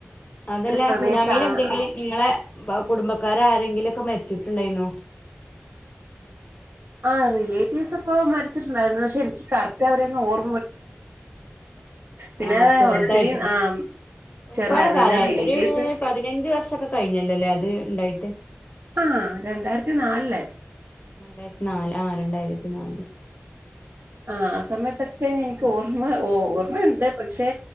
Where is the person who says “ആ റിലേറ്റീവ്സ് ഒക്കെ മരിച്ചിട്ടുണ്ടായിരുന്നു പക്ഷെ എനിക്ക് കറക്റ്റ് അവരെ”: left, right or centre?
Right